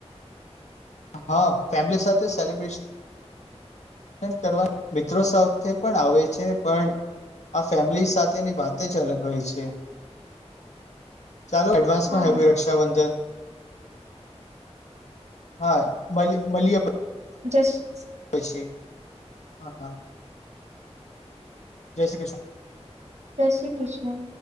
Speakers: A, on the left; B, on the right.
A: હા ફેમિલી સાથે સેલિબ્રેશન કરવા મિત્રો સાથે પણ આવે છે પણ આ ફેમિલી સાથેની વાત જ અલગ હોય છે ચાલો એડવાન્સ માં
B: હા
A: હેપી રક્ષાબંધન હા મ મળલીએ
B: જસ
A: પછી હા હા જય શ્રી કૃષ્ણ
B: સ શ્રી કૃષ્ણ